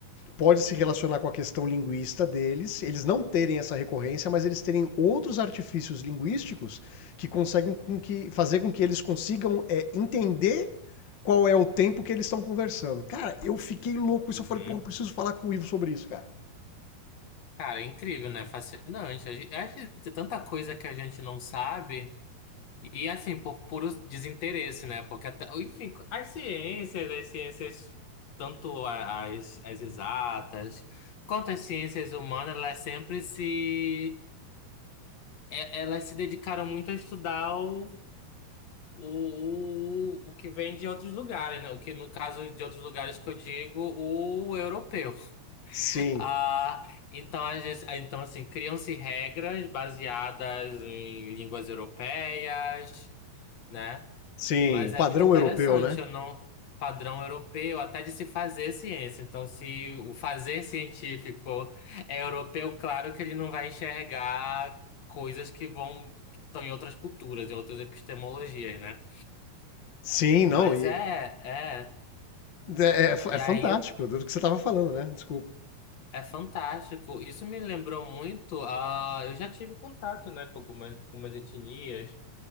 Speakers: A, on the left (about 70°); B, on the left (about 50°).
A: pode se relacionar com a questão linguista deles, eles não terem essa recorrência, mas eles terem outros artifícios linguísticos que conseguem com que, fazer com que eles consigam é, entender qual é o tempo que eles estão conversando. Cara, eu fiquei louco com isso.
B: Uhum.
A: Eu falei, porra, eu preciso falar com o Ivo sobre isso, cara.
B: Cara, é incrível, né? Fascinante. A gente- Acho que tem tanta coisa que a gente não sabe. E assim, por puro desinteresse, né? Porque até, enfim, as ciências, as ciências, tanto a- as, as exatas, quanto as ciências humanas, elas sempre se. é- Elas se dedicaram muito a estudar o, o, o que vem de outros lugares, né? O que, no caso de outros lugares que eu digo, o europeu.
A: Sim,
B: <laughs> Ah, então, a gente, então, assim, criam-se regras baseadas em línguas europeias. né?
A: sim.
B: Mas
A: O
B: é
A: padrão
B: muito interessante,
A: europeu, né?
B: eu não padrão europeu até de se fazer ciência. Então, se o fazer científico é europeu, claro que ele não vai enxergar coisas que vão que estão em outras culturas, em outras epistemologias, né?
A: Sim,
B: Mas
A: não. E
B: é, é.
A: é, é, fa-
B: E
A: é fantástico
B: aí eu-
A: do que você estava falando, né? Desculpa.
B: é fantástico. Isso me lembrou muito. Ah, eu já tive contato, né, com algumas, algumas etnias.